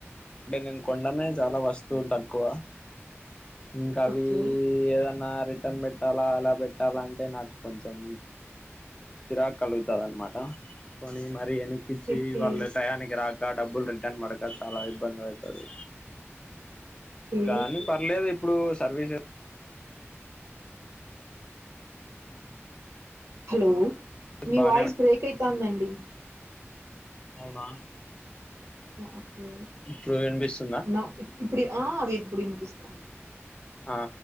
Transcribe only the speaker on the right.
ఓకే
ఓకే ఓకే
ఓకే
హలో మీ
వాయిస్ బ్రేక్ అయితాందండి ఓకే
ఓకే
నా ఇప్పుడ ఆ అవి ఇప్పుడినిపిస్తాంది